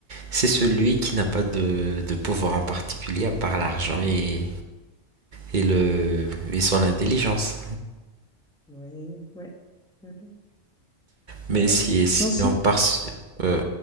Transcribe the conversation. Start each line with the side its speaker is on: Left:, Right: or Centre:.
Right: c'est celui qui n'a pas de, de pouvoir en particulier à part l'argent et, et le et son intelligence.
Centre: Oui, ouais. C'est vrai. c'est
Right: Mais
Centre: vrai.
Right: si si
Centre: Moi aussi.
Right: on part sur, euh,